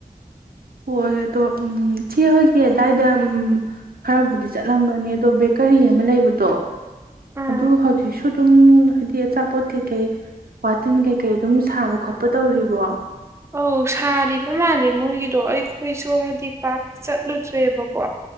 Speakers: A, on the right; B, on the right.
A: ꯍꯣꯏ ꯑꯗꯣ ꯎꯝ ꯁꯤ ꯍꯣꯏꯒꯤ ꯑꯗꯨꯗꯥꯏꯗ ꯈꯔꯕꯨꯗꯤ ꯆꯠꯂꯝꯒꯅꯤ ꯑꯗꯣ ꯕꯦꯀꯔꯤ ꯑꯃ ꯂꯩꯕꯗꯣ
B: ꯎꯝ
A: ꯑꯗꯨ ꯍꯧꯖꯤ ꯁ ꯑꯗꯨꯝ ꯍꯥꯏꯗꯤ ꯑꯆꯥꯄꯣꯠ ꯀꯩꯀꯩ ꯋꯥꯇꯤꯟ ꯀꯩꯀꯩ ꯑꯗꯨꯝ ꯁꯥꯕ ꯈꯣꯠꯄ ꯇꯧꯔꯤꯕꯣ
B: ꯑꯧ ꯁꯥꯔꯤꯕ ꯃꯥꯜꯜꯂꯤ ꯃꯣꯏꯒꯤꯗꯤ ꯑꯗꯣ ꯑꯩꯈꯣꯏꯁꯨ ꯍꯥꯏꯗꯤ ꯄꯥꯛꯇ ꯆꯠꯂꯨꯗ꯭ꯔꯦꯕꯀꯣ